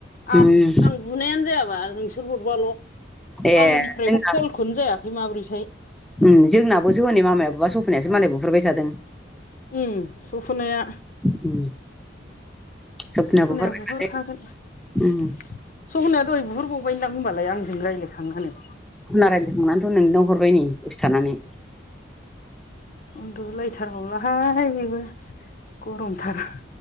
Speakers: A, in the centre; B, on the left.
A: उम
B: आद आं बुनायानो जायाबा नोंसोर हरबाल'
A: ए
B: आंनिफ्रायबो
A: जोंना
B: कलखौनो जायाखै माब्रैथाय
A: उम जोंनाबोसो हनै मामायाबो बा सफैनायसो मालाय बुह्रबाय थादों।
B: उम सफ'नाया
A: उम जोबनाबो
B: सफनाया
A: हरबाय
B: बुहरखागोन
A: माथो उम
B: सफनाया दहाय बुहररबावबायदां होनबालाय आंजों रायज्लायखांनानै।
A: <unintelligible> रायलायखांनानैथ' नोंनो हरबाय नै दानसे थानानै।
B: उन्दुलायथारबावलाहाय बेबो गरमथार